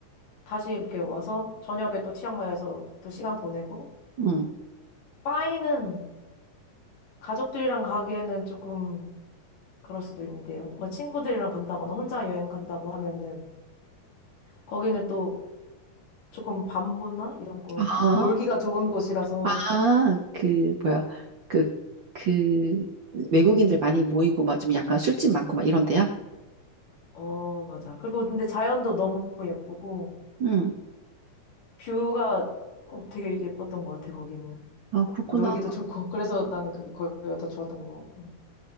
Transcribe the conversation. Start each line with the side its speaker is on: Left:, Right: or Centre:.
Left: 다시 이렇게 와서 저녁에 또 치앙마이에서 또 시간 보내고
Right: 응.
Left: 파이는 가족들이랑 가기에는 조금 그럴 수도 있는데, 뭐 친구들이랑 간다거나 혼자 여행 간다고 하면은, 거기는 또 조금 반부나 이런 거,
Right: 아,
Left: 놀기가 좋은 곳이라서,
Right: 아, 그, 뭐야, 그, 그, 외국인들 많이 모이고, 막 좀 약간 술집 많고, 막 이런 데야?
Left: 어, 맞아. 그리고 근데 자연도 너무 예쁘고,
Right: 응.
Left: 뷰가 어, 되게 예뻤던 것 같아, 거기는.
Right: 아, 그렇구나.
Left: 놀기도 좋고, <laughs> 그래서 나는 그게 거기가 더 좋았던 것 같고.